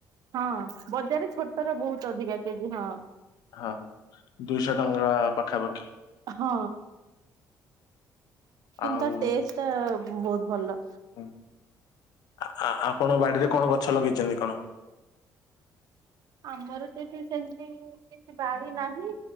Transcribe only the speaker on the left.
ହଁ ଦୁଇଶହ ଟଙ୍କା ପାଖାପାଖି।
ଆଉ
ହଁ, ଆ, ଆ, ଆପଣ ବାଡିରେ କଣ ଗଛ ଲଗେଇଛନ୍ତି କଣ?